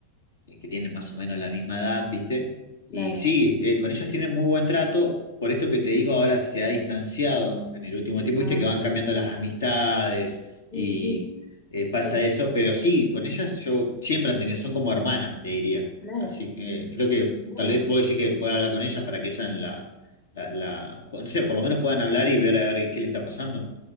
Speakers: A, on the left (about 65°); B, on the left (about 35°).
A: eh, que tienen más o menos la misma edad, ¿viste? Y
B: Claro.
A: sí, eh, con ellos tienen muy buen trato, por esto que te digo ahora se ha distanciado en el último tiempo,
B: Ah,
A: ¿viste? Que van cambiando las amistades
B: sí,
A: y
B: sí,
A: eh, pasa
B: sí,
A: eso, pero sí, con ellas yo siempre han tenido, son como hermanas, te diría.
B: claro.
A: Así que eh, creo que
B: Bueno.
A: tal vez vos decís que pueda hablar con ellas para que ellas la, la, la- no sé, por lo menos puedan hablar y ver a ver qué le está pasando.